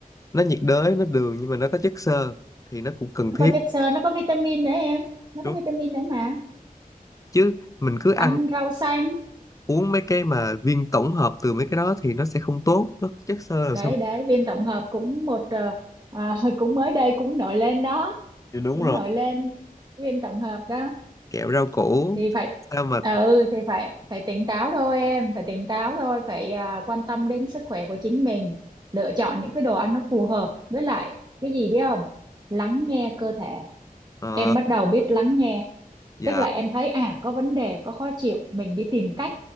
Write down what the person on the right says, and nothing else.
nó
có chất xơ nó có vitamin nữa em nó
có vitamin nữa mà
ăn rau xanh
đấy
đấy viên tổng hợp cũng một ờ, à, <laughs> cũng mới đây cũng nổi lên đó
cũng
nổi lên viên tổng hợp đó
thì phải
ừ thì phải phải tỉnh táo thôi em phải tỉnh táo thôi phải à, quan tâm đến sức khỏe của chính mình lựa chọn những cái đồ ăn nó phù hợp với lại cái gì biết không lắng nghe cơ thể
em bắt đầu biết lắng nghe
tức là em thấy à có vấn đề có khó chịu mình đi tìm cách